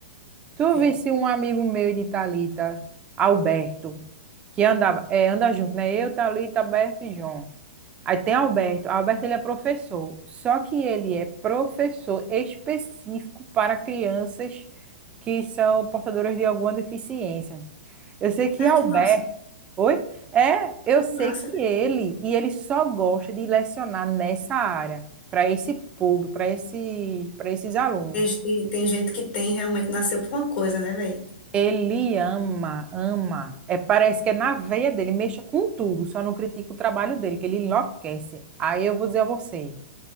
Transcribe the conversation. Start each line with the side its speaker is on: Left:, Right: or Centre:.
Right: Tu
Left: É.
Right: visse um amigo meu de Thalita, Alberto, que andava, é, anda junto, né? Eu, Thalita, Alberto e João. Aí tem Alberto. Alberto, ele é professor. Só que ele é professor específico para crianças que são portadoras de alguma deficiência. Eu sei que
Left: Ai,
Right: Albert.
Left: que massa,
Right: Oi? É, eu sei
Left: que massa,
Right: que
Left: né?
Right: ele, e ele só gosta de lecionar nessa área, para esse público, para esse, para esses alunos.
Left: Tem, gente- tem gente que tem realmente nasceu por uma coisa, né, velho?
Right: Ele ama, ama. É, parece que é na veia dele, mexa com tudo, só não critica o trabalho dele, que ele enlouquece. Aí eu vou dizer a você,